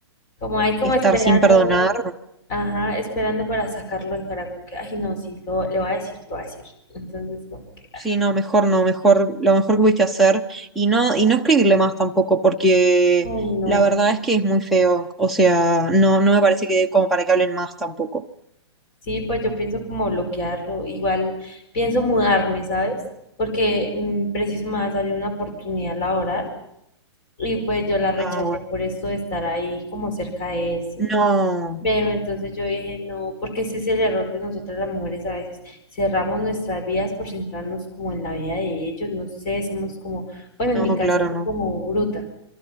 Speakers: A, on the left; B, in the centre.
A: Como ahí como
B: estar
A: esperando,
B: sin perdonar.
A: ajá, esperando para sacarlo en cara, como que, ay, no, sí, lo, le voy a decir, lo voy a decir. Entonces, como que, ay,
B: Sí, no, mejor no, mejor, lo mejor que pudiste hacer y no, y no escribirle más tampoco, porque
A: ay, no.
B: la verdad es que es muy feo, o sea, no, no me parece que dé como para que hablen más tampoco.
A: Sí, pues yo pienso como bloquearlo, igual pienso mudarme, ¿sabes? Porque mm, preciso me va a salir una oportunidad laboral y pues yo la rechacé
B: Ah, bueno.
A: por esto de estar ahí como cerca de él, ¿sí?
B: No,
A: Pero entonces yo dije, no, porque ese es el error de nosotras las mujeres a veces. Cerramos nuestras vidas por centrarnos como en la vida de ellos, no sé, somos como, bueno, en
B: no,
A: mi caso
B: claro,
A: fui
B: no.
A: como bruta,